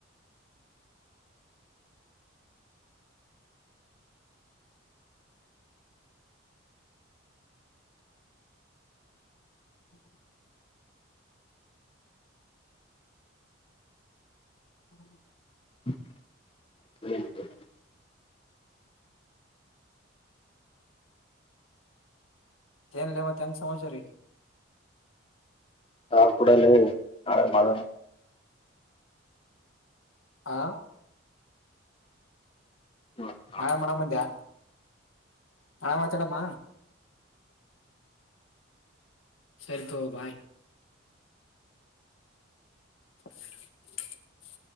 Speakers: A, on the left; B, on the left.
A: <unintelligible> ಹ್ಮ <unintelligible>
B: <unintelligible>
A: ಏನ್ ಲೇ ಏನ್ ಸಮಚಾರ
B: ಹಾ ಕೂಡಲ್ಲ ನಾಳೆ ಮಾಡ
A: ಹ
B: ನಾಳೆ
A: ನಾಳೆ ಮಾಡಮ್ ಅಂದ್ಯಾ ನಾಳೆ ಮಾತಾಡೋಣ ಸರಿ ತ ಬಾಯ್ <unintelligible>